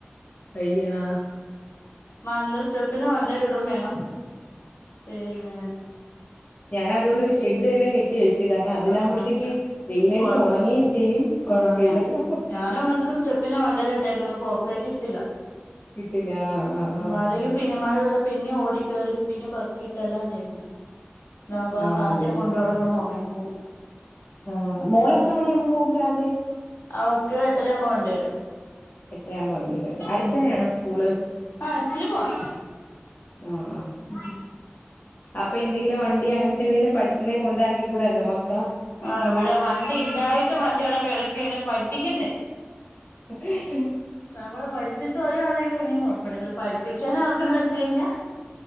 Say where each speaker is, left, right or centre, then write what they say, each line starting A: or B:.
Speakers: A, on the left (about 60°); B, on the left (about 80°).
A: വയ്യാ
B: മൺണ്ടെ സ്റ്റെപ്പിന് മൺണ്ടേൽ ഇടും വേണം പിന്നെ
A: ഞാൻ അതുകൊണ്ടൊരു ഷെഡ് തന്നെ കെട്ടി വെച്ചു കാരണം അതിലാകുമ്പോഴത്തേക്ക്
B: ആഹ്
A: വെയിയിലടച്ച്
B: കൊഴപ്പല്ല
A: ഉണങ്ങുകയും ചെയ്യും കൊഴപ്പമില്ലല്ലോ
B: ആഹ് ഞ ഞാനൻ ങ്ങനത്ത സ്റ്റെപ്പിനെ മണ്ടല ഇട്ടേക്കന്ന പുറത്തേക്ക് ഇട്ടില്ല
A: <inaudible> ആഹ് ആഹ്
B: അല്ലെങ്കിൽ പിന്ന മഴ പെയ്ത പിന്നെയും ഓടി കയറി പിന്നേ പറുക്കിയിട്ട് എല്ലാം ചെയ്യണ്ടേ താകുമ്പോ
A: ആഹ്
B: ആ
A: ആഹ്
B: കാറ്റും
A: അതന്നെ
B: കൊണ്ട അവിടെ കിടന്ന് ഉണങ്ങിക്കോ
A: ആഹ് മോള് എത്ര മണിയാവുമ്പോ പോകും രാവിലെ
B: അവക്ക് എട്ടര ആവുബോ വണ്ടി വരും
A: എട്ടരവുബോ വണ്ടി വരും അടുത്തന്നെയാണോ
B: ഉം
A: സ്കൂള്
B: ആഹ് ഇചിരി പോണം
A: ആ ആ
B: ഉം
A: അപ്പൊ എന്തെങ്കിലും വണ്ടി അങ്ങനത്തെ എന്തെങ്കിലും പഠിച്ച്നാകില് കൊണ്ടാക്കി കൂടാരുന്നോ മക്കളാ
B: ആഹ് ഇവിടെ വണ്ടി ഉണ്ടായിട്ടും വണ്ടി അവിടെ കിടകെണ് പഠിപ്പിക്കണ്ടേ
A: <inaudible>
B: നമ്മളെ പഠിപ്പിച്ചിട്ട് തരുവാണെങ്കിൽ പിന്നെ കുഴപ്പല്ല പഠിപ്പിക്കാന് ആർക്കും താല്പര്യം ഇല്ല